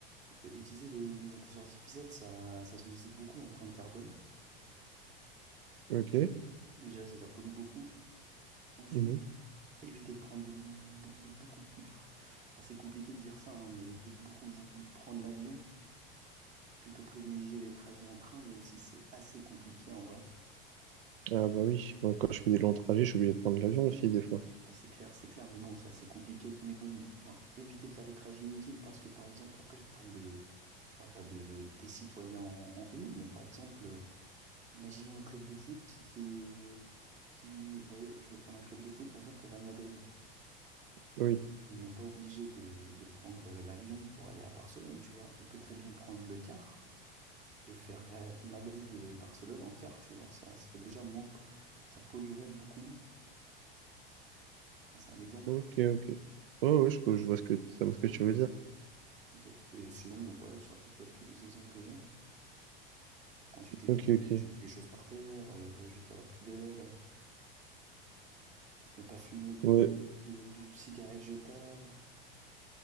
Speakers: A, on the right; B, on the right.
A: Euh, utiliser les, les intelligences artificielles, ça, ça sollicite beaucoup l'empreinte carbone.
B: Ok.
A: Déjà, ça, ça pollue beaucoup. Ensuite,
B: Mhm.
A: éviter de prendre de, bou- de beaucoup... de- enfin, c'est compliqué de dire ça, hein, mais de beaucoup vou- vou- prendre l'avion. Plutôt privilégier les trajets en train, même si c'est assez compliqué en vrai.
B: Ah bah oui, Moi, quand je fais des longs trajets, je suis obligé de prendre l'avion aussi des fois.
A: Ah, C'est clair, c'est clair, mais bon, c'est assez compliqué. Mais bon, enfin, éviter de faire des trajets inutiles parce que, par exemple, après, je parle de... Je parle pas de, des citoyens en, en eux-mêmes, mais par exemple, Imaginons un club de foot qui fait, euh, qui, vous voyez, je vais prendre un club de foot, par exemple le Real Madrid.
B: Oui.
A: Il n'est pas obligé de, de prendre euh, l'avion pour aller à Barcelone, tu vois. Il peut très bien prendre le car et faire Real- Madrid-Barcelone en car, tu vois. Ça serait déjà moins, ça polluerait beaucoup moins. Ah, c'est un exemple.
B: Ok, ok. Ouais, ouais, je, je vois ce que, ça- ce que tu veux dire.
A: Ok. Et sinon, voilà, c'est à peu près tous les exemples que j'ai. hein. Ensuite, éviter
B: Ok,
A: de
B: ok.
A: jeter les choses par terre, euh, jeter à la poubelle, ne pas fumer de,
B: Ouais.
A: de, de cigarettes jetables.